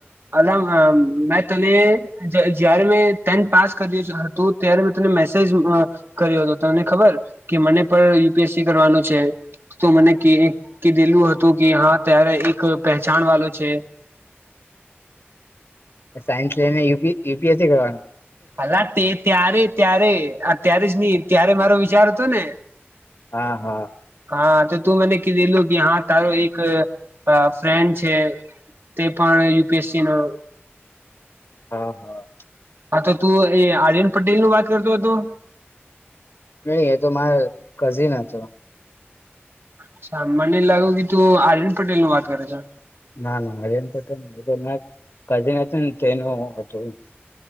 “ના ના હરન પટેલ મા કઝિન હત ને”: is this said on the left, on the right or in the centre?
Left